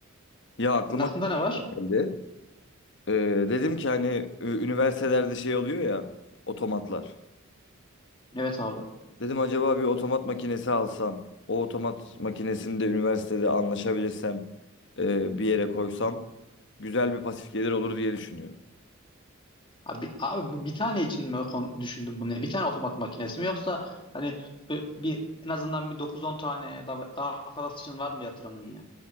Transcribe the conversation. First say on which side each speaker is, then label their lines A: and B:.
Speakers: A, on the left; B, on the left.
A: Ya aklıma
B: Senin aklında ne var?
A: şu geldi. Ee, dedim ki hani ü- üniversitelerde şey oluyor ya otomatlar.
B: Evet abi.
A: Dedim acaba bir otomat makinesi alsam, o otomat makinesini de üniversitede anlaşabilirsem e, bir yere koysam güzel bir pasif gelir olur diye düşünüyorum.
B: Abi, abi bu bir tane için mi kon- düşündün bunu? Yani Bir tane otomat makinesi mi yoksa hani bir, bir- en azından bir dokuz on tane ya da daha fazlası için var mı yatırımın yine?